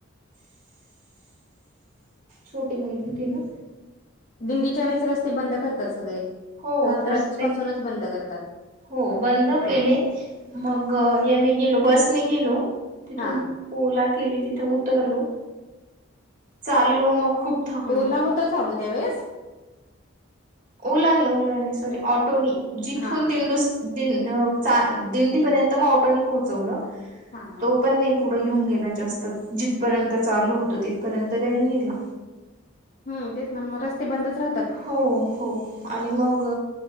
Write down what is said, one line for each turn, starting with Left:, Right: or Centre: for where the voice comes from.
Right: छोटी मुलगलीतीी ना.
Left: दिंडीच्या वेळेस रस्ते बंद करतात सगळे.
Right: हो
Left: कात्रज
Right: रस्ते
Left: पासूनच बंद करतात
Right: हो बंद केले. मग याने गेलो बसने गेलो तिथून
Left: हा
Right: ओला केली तिथं उतरलो चाललो मग खूप थकलो
Left: ओला होता चालू त्यावेेळेस
Right: ओला नाही ओला नाही सॉरी ऑटोनी जिथून
Left: हा
Right: दिंडूस दिंडी पर्यंत मग ऑटोनी पोहोचवलं
Left: हा हा
Right: तो पण नाही. पुढं घेऊन गेलाय जास्त जिथपर्यंत चालू होतं तिथपर्यंत त्याने नेलं.
Left: हम तेच ना रस्ते बंदच राहत.
Right: हो. हो आणि मग